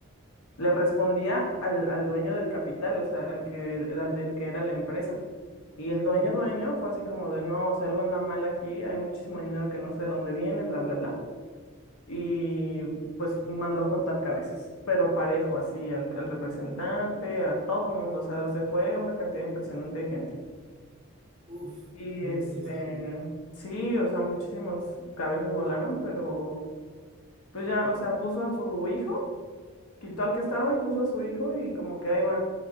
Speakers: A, on the left; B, on the right.
A: le respondía al, al dueño del capital, o sea, al que, al del que era la empresa. Y el dueño
B: Sí.
A: dueño fue así como de, no, o sea, algo anda mal aquí, hay muchísimo dinero que no sé de dónde viene, bla, bla, bla y pues mandó cortar cabezas, pero parejo, así al, al representante, a todo mundo, o sea, se fue una cantidad impresionante de gente.
B: Uf,
A: Y
B: estuvo
A: este,
B: pesado.
A: sí, o sea, muchísimas cabezas volaron, pero pues ya, o sea, puso a su hijo, quitó al que estaba y puso a su hijo y como que ahí va,